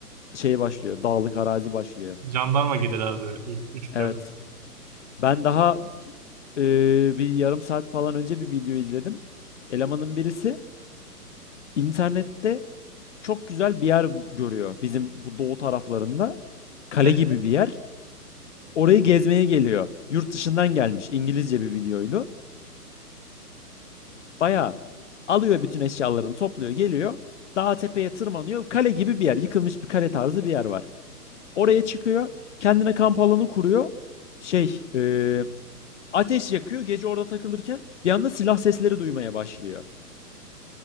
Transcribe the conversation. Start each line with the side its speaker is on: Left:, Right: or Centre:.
Left: şey başlıyor, dağlık arazi başlıyor.
Right: Jandarma gider abi 3 kilometre.
Left: Evet. Ben daha e, bir yarım saat falan önce bir video izledim. Elemanın birisi internette çok güzel bir yer görüyor bizim bu doğu taraflarında. Kale
Right: Evet.
Left: gibi bir yer. Orayı gezmeye geliyor. Yurt dışından gelmiş İngilizce bir videoydu. Bayağı alıyor bütün eşyalarını topluyor geliyor. Dağa tepeye tırmanıyor. Kale gibi bir yer. Yıkılmış bir kale tarzı bir yer var. Oraya çıkıyor. Kendine kamp alanı kuruyor. Şey, eee, ateş yakıyor. Gece orada takılırken bir anda silah sesleri duymaya başlıyor.